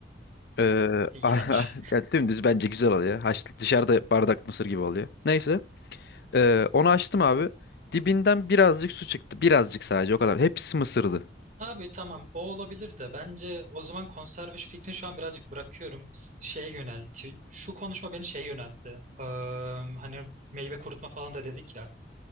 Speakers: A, on the left (about 65°); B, on the right (about 45°).
A: Ee,
B: <laughs> İğrenç.
A: <laughs> ya dümdüz bence güzel oluyor. Haş, dışarıda bardak mısır gibi oluyor. Neyse. Ee, onu açtım abi. Dibinden birazcık su çıktı. Birazcık sadece o kadar. Hepsi mısırdı.
B: Abi tamam o olabilir de bence o zaman konserve şu fikrini şu an birazcık bırakıyorum. S- Şeye yöneltti. Şu konuşma beni şeye yöneltti. Ee, hani meyve kurutma falan da dedik ya.